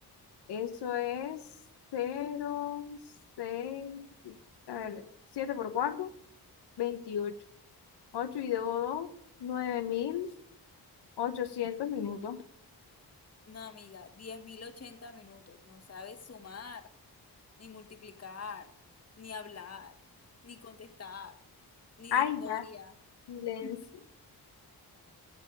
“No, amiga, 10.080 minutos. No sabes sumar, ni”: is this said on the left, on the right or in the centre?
Left